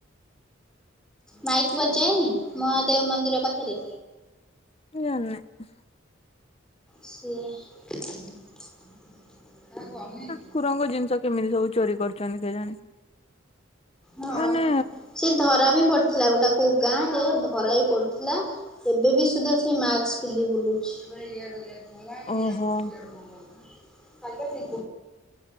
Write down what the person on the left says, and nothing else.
ମୁଁ ଜାଣିନୀ।
ଠାକୁରଙ୍କ ଜିନିଷ କେମିତି ସବୁ ଚୋରି କରୁଛନ୍ତି କେଜାଣି।
ମାନେ
ଓହୋ